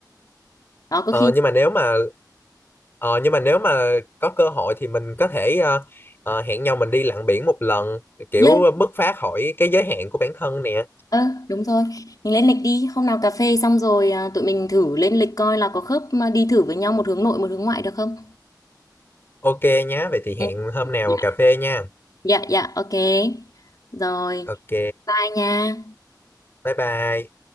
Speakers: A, on the left (about 55°); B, on the left (about 30°).
A: đó có
B: Ờ,
A: khi
B: nhưng mà nếu mà ờ, nhưng mà nếu mà có cơ hội thì mình có thể ờ, ờ, hẹn nhau mình đi lặn biển một lần kiểu
A: yes
B: bứt phá khỏi cái giới hạn của bản thân nè.
A: ờ đúng rồi mình lên lịch đi hôm nào cà phê xong rồi à, tụi mình thử lên lịch coi là có khớp mà đi thử với nhau một hướng nội một hướng ngoại được không
B: Ok nhá, vậy thì
A: ừ.
B: hẹn hôm nào
A: dạ
B: cà phê nha.
A: dạ dạ, ok rồi
B: Ok,
A: bye nha
B: bye bye.